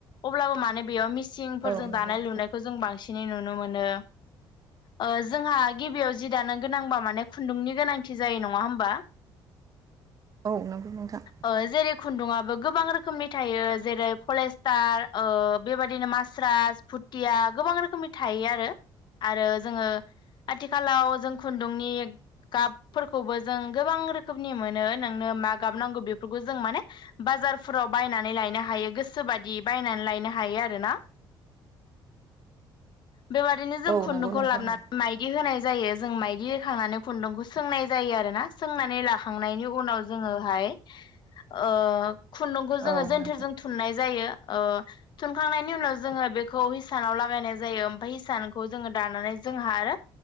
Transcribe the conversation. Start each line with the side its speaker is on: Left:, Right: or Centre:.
Left: अब्लाबो माने बेयाव मिसिंफोरजों
Right: औ नंगौ
Left: दानाय
Right: नोंथां
Left: लुनायखौ जों बांसिनै नुनो मोनो। ओ जोंहा गिबियाव जि दानो गोनांबा माने खुन्दुंनि गोनांथि जायो नङा होमबा? <inaudible>
Right: औ नंगौ नोंथां।
Left: ओ जेरै खुन्दुाबबो गोबां रोखोमनि थायो जेरै फलेस्टार ओ बेबायदिनो मास्रा भुथिया गोबां रोखोमनि थायो आरो आरो जोङो आथिखालाव जों खुन्दुंनि गाबफोरखौबो जों गोबां रोखोमनि मोनो नोंनो मा गाब नांगौ बेफोरखौ जों माने बाजारफोराव बायनानै लायनो हायो गोसो बादि बायनानै लायनो हायो आरोना बेबदिनो जों
Right: औ
Left: खुन्दुंखौ
Right: नंगौ नोंथां
Left: लाबोनानै
Right: औ
Left: माइ बिदि होनाय जायो जों माइदि होखांनानै खुन्दुंखौ सोंनाय जायो आरोना सोंनानै लाखांनायनि उनाव जोङोहाय ओ खुन्दुंखौ जोङो
Right: औ
Left: जोनथोरजों
Right: नोंथां
Left: थुननाय जायो ओ थुनखांनायनि उनाव जोङो बेखौ हिसानाव लागायनाय जायो ओमफ्राय हिसानखौ जोङो दानानै जोंहा आरो